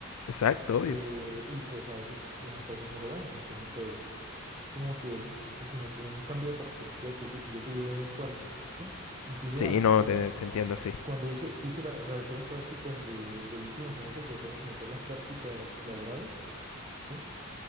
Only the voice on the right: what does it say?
eh, y pues a veces las empresas no lo ven. Entonces pues como que un, como que un cambio de perspectiva que yo, yo tuve fuerte, ¿sí? Incluso
más,
eh,
cuando use- hice la- realicé las prácticas de, de último semestre, que fueron como tal las prácticas laborales, ¿sí?